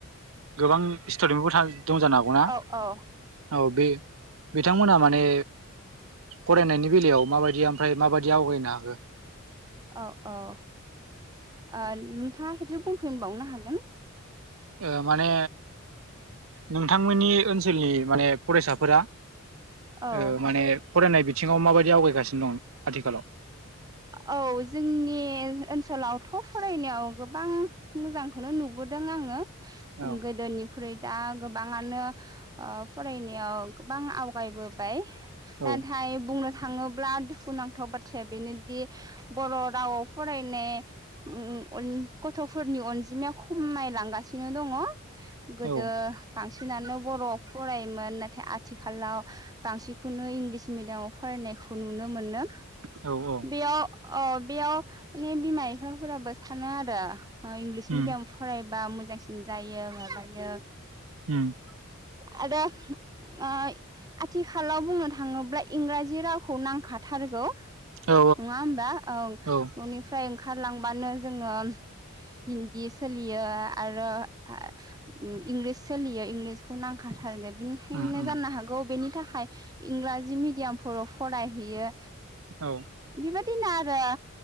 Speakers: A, on the right (about 75°); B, on the right (about 20°).
A: गोबां स्टुडेनबो था दं जानो हागौना
B: औ औ
A: औ बे बिथांमोना माने फरायनायनि बेलायाव माबायदि ओमफ्राय माबायदि आवगायनो हाखो?
B: औ औ ओ नोंथाङा खेबसे बुंफिनबावनो हागोन
A: ओ माने नोंथांमोननि ओनसोलनि माने फरायसाफोरा
B: औ
A: ओ माने फरायनाय बिथिङाव माबायदि आवगायगासिनो दं आथिखालाव??
B: औ जोंनि ओनसोलावथ' फरायनायाव गोबां मोजांखौनो नुबोदों आङो
A: औ
B: गोदोनि ख्रुइ दा गोबाङानो फरायनायाव गोबां आवगायबोबाय।
A: औ
B: नाथाय बुंनो थाङोब्ला दुखु नांथाव बाथ्राया बेनो दि बर' रावाव फरायनाय ओ गथ'फोरनि अनजिमाया खमायलांगासिनो दङ। गोदो
A: औ
B: बांसिनानो बर'आव फरायोमोन नाथाय आथिखालाव बांसिनखौनो इंलिस मिडियामाव फरायनायखौ नुनो मोनो।
A: औ औ।
B: बेयाव ओ बेयाव माने बिमा इफाफोराबो सानो आरो ओ इंग्लिस
A: उम
B: मिडियाम फरायबा मोजांसिन जायो माबायो
A: उम
B: आरो आय आथिखालाव बुंनो थाङोब्ला इंराजि रावखौ नांखाथारगौ
A: औ
B: नङा होमबा ओं
A: औ
B: न'निफ्राय ओंखारलांबानो जोङो हिन्दी सोलियो आरो आ उम इंलिस सोलियो इंलिसखौ नांखाथारगोन बिनि फिननो
A: उम उम
B: जानो हागौ बेनि थाखाय इंराजि मिडियामफोराव फर'-फरायहैयो।
A: औ।
B: बिबादिनो आरो